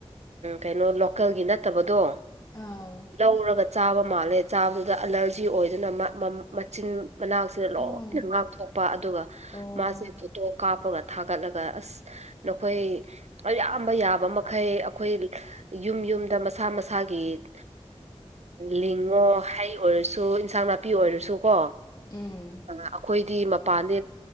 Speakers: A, on the right; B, on the left.
A: ꯀꯩꯅꯣ ꯂꯣꯀꯦꯜꯒꯤ ꯅꯠꯇꯕꯗꯣ
B: ꯑꯥ
A: ꯂꯧꯔꯒ ꯆꯥꯕ ꯃꯥꯜꯂꯦ ꯆꯥꯕꯗꯨꯗ ꯑꯦꯂꯔꯖꯤ ꯑꯣꯏꯗꯨꯅ ꯃꯆꯤꯟ ꯃꯅꯥꯁꯤꯗ ꯂꯣꯏꯅ
B: ꯎꯝ
A: ꯉꯥꯛ ꯊꯣꯛꯣꯛꯄ ꯑꯗꯨꯒ
B: ꯑꯣ
A: ꯃꯥꯁꯦ ꯐꯣꯇꯣ ꯀꯥꯞ ꯍꯥꯞꯄꯒ ꯊꯥꯒꯠꯂꯒ ꯑꯁ ꯅꯈꯣꯏ ꯑꯌꯥꯝꯕ ꯌꯥꯕ ꯃꯈꯩ ꯑꯩꯈꯣꯏ ꯌꯨꯝ ꯌꯨꯝꯗ ꯃꯁꯥ ꯃꯁꯥꯒꯤ ꯂꯤꯡꯉꯣ ꯍꯥꯏ ꯑꯣꯏꯔꯁꯨ ꯏꯟꯁꯥꯡ ꯅꯥꯄꯤ ꯑꯣꯏꯔꯁꯨ ꯀꯣ
B: ꯎꯝ
A: ꯑꯩꯈꯣꯏꯗꯤ ꯃꯄꯥꯟꯗ